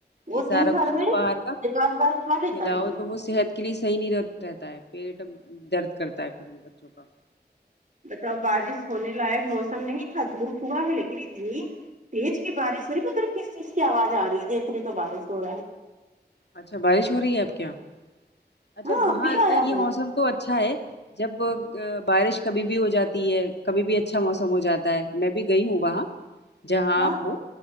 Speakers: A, on the right; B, on the left.
A: وہ
B: یہ سارا
A: دن بھر
B: کچھ نا
A: میں
B: باہر
A: ایک
B: کا
A: آدھ بار کھا لیتا
B: کھلاو
A: ہے
B: تو وہ صحت کے لیے صحیح نہیں رہتا ہے پیٹ درد کرتا ہے پھر ان بچوں کا
A: بتاؤ بارش ہونے لائق موسم نہیں تھا دھوپ ہوا ہے لیکن اتنی تیج کی بارش ہو رہی مطلب کس چیز کی آواز آ رہی ہے دیکھ رہے تو بارش ہو رہا ہے
B: اچھا بارش ہو رہی ہے آپ کے یہاں اچھا
A: ہاں
B: وہاں
A: ابھی آیا
B: کا یہ
A: وہ
B: موسم تو اچھا ہے جب بارش کبھی بھی ہو جاتی ہے کبھی بھی اچھا موسم ہو جاتا ہے میں بھی گئی ہوں وہاں جہاں
A: ہاں
B: آپ ہو